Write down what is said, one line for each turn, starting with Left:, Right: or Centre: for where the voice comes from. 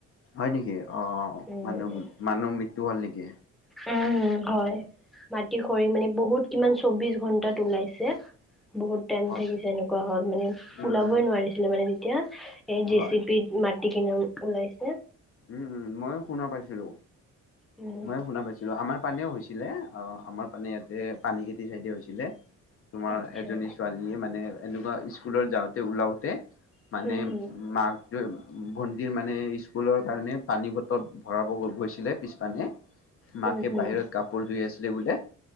Left: হয় নেকি, অহ
Centre: উম
Left: মানুহ মানুহ মৃত্যু হ'ল নেকি?
Centre: উম, হয় মাটি খৰি মানে বহুত কিমান চৌবিশ ঘন্টাত ওলাই। বহুত টাইম
Left: অ
Centre: থাকিছে এনেকুৱা হত মানে
Left: উম উম
Centre: ওলাবই নোৱাৰিছিলে মানে তেতিয়া এই জেচিপ
Left: হয়
Centre: মাটি কিনা ওলাইছে।
Left: উম, উম, ময়ো শুনা পাইছিলো,
Centre: উম
Left: ময়ো শুনা পাইছিলো আমাৰ পানেও হৈছিলে, অ' আমাৰ পানে ইয়াতে পানী খাইতি চাইডে হৈছিলে। তোমাৰ
Centre: আচ্ছা
Left: এজনী ছোৱালীয়ে মানে এনেকুৱা স্কুলত যাওঁতে ওলাওতে মানে
Centre: উম
Left: মাকটো ভন্টিৰ মানে স্কুলৰ কাৰণে পানী বটল ভৰাব গৈছিলে, পিছ পানে মাকে
Centre: হম উম উম
Left: বাহিৰত কাপোৰ ধুই আছিল। বোলে